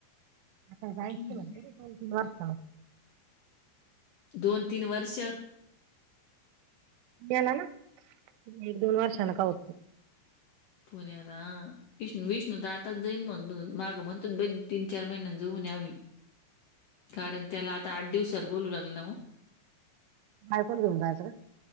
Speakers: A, on the right; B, on the left.
A: आता जायच
B: हम्म.
A: वाटतय दोन तीन वाजता!
B: दोन तीन वर्ष!
A: गेला ना! एक दोन वर्षा न का होत.
B: पुन्हा ला. विष्णू विष्णू तर आताच जाईन म्हण मागं म्हणतोच बई तीन चार महिन्यां जाऊन आम्ही. कारण त्याला आता आठ दिवसाला बोलू लागलं मग.
A: मायकोल घेऊन कायचं.